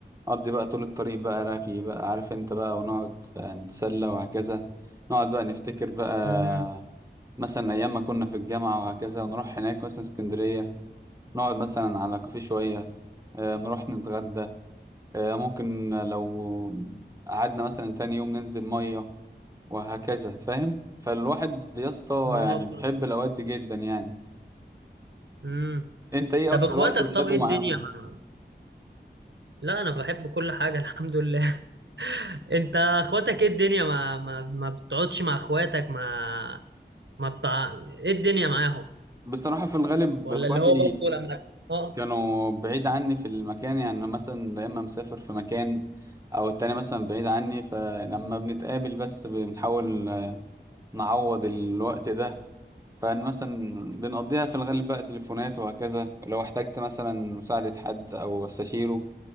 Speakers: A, on the right; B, on the right.
A: نقضي بقى طول الطريق بقى رغي بقى عارف انت بقى ونقعد آه، نتسلى وهكذا نقعد بقى نفتكر بقى
B: امم
A: مثلا أيام ما كنا في الجامعة وهكذا ونروح هناك مثلا اسكندرية نقعد مثلا على كافيه شوية آه، نروح نتغدى آه، ممكن لو قعدنا مثلا تاني يوم ننزل مية وهكذا فاهم فالواحد يا اسطى
B: موافق
A: يعني بيحب الأوقات دي جدا يعني
B: امم
A: انت ايه
B: طب
A: أكتر
B: اخواتك
A: وقت بتحبه
B: طب ايه الدنيا
A: معاهم؟
B: مع... لا انا بحب كل حاجه الحمد لله <laughs> انت اخواتك ايه الدنيا ما ما ما بتقعدش مع اخواتك ما ما بتاع ايه الدنيا معاهم
A: بصراحة في الغالب
B: ولا
A: اخواتي
B: اللي هو برضه لما اه
A: كانوا بعيد عني في المكان يعني مثلا يا إما مسافر في مكان أو التاني مثلا بعيد عني فلما بنتقابل بس بنحاول نعوض الوقت ده فمثلا بنقضيها في الغالب بقى تليفونات وهكذا ولو احتجت مثلا مساعدة حد أو استشيره